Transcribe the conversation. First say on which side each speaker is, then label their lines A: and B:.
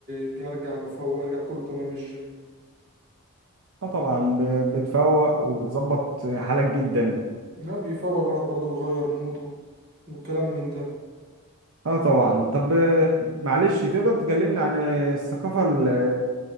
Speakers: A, on the right; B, on the right.
A: جاي ارجع مفوق ارجع كله تمام من الجيم
B: اه طبعا ب... بتفوق وبتظبط حالك جدا
A: لا بيفوق الواحد برضه يغير موده والكلام من ده
B: اه طبعا طب آه، معلش تقدر تكلمني عن الثقافة ال-